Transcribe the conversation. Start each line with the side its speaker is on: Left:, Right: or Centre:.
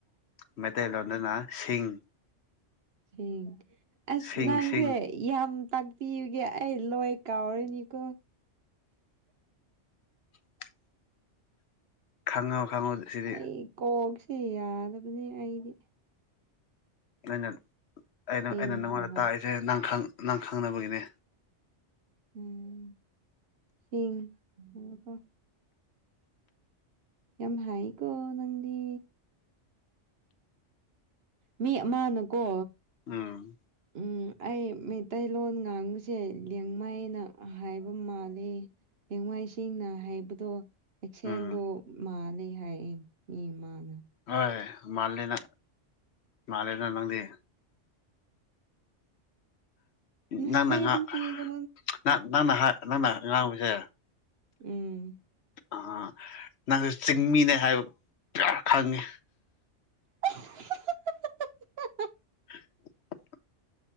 Left: ꯃꯩꯇꯩꯂꯣꯟꯗꯅ ꯁꯤꯡ꯫
Right: ꯎ ꯑꯁ
Left: ꯁꯤꯡ
Right: ꯅꯪꯁꯦ
Left: ꯁꯤꯡ
Right: ꯌꯥꯝ ꯇꯥꯛꯄꯤꯌꯨꯒꯦ ꯑꯩ ꯂꯣꯏ ꯀꯥꯎꯔꯤꯅꯤꯀꯣ
Left: <unintelligible> ꯈꯪꯉꯣ ꯈꯪꯉꯣ ꯁꯤꯗꯤ
Right: ꯑꯩ ꯀꯣꯛꯁꯦ ꯌꯥꯗꯕꯅꯦ ꯑꯩꯗꯤ
Left: ꯑꯩꯅ ꯑꯩꯅ
Right: ꯁꯦꯡ
Left: ꯑꯩꯅ ꯅꯪꯉꯣꯟꯗ
Right: ꯍꯥꯏꯕ
Left: ꯇꯥꯛꯏꯁꯦ ꯅ ꯅꯪ ꯈꯪꯅꯕꯒꯤꯅꯦ
Right: ꯎꯝ ꯁꯤ ꯍ ꯌꯥꯝ ꯍꯥꯏꯥꯏꯀꯣ ꯅꯪꯗꯤ ꯃꯤ ꯑꯃꯅꯀꯣ
Left: ꯎꯝ
Right: ꯎꯝ ꯑꯩ ꯃꯩꯇꯩꯂꯣꯟ ꯉꯥꯡꯕꯁꯦ ꯂꯦꯡꯃꯥꯏꯅ ꯍꯥꯏꯕ ꯃꯥꯜꯂꯤ ꯆꯦꯡꯋꯥꯏꯁꯤꯡꯅ ꯍꯥꯏꯕꯗꯣ ꯑꯦꯛꯁꯦꯟꯗꯣ
Left: ꯎꯝ
Right: ꯃꯥꯂ ꯍꯥꯏꯔꯑꯦ ꯃꯤ ꯏꯃꯥꯅ
Left: ꯍꯣꯏꯣꯏ ꯃꯥꯜꯂꯅ ꯃꯥꯂꯅ ꯅꯪꯗꯤ
Right: ꯃꯁ
Left: ꯅꯪꯅ ꯉꯥ
Right: ꯊ ꯀꯣ
Left: ꯅꯪꯅ ꯅꯪꯅ ꯉꯥꯡꯕꯁꯦ
Right: ꯎꯝ
Left: ꯑ ꯅꯪꯁꯨ ꯆꯤꯡꯃꯤꯅꯦ ꯍꯥꯏꯕ ꯈꯪꯉꯤ
Right: <unintelligible>
Left: <unintelligible>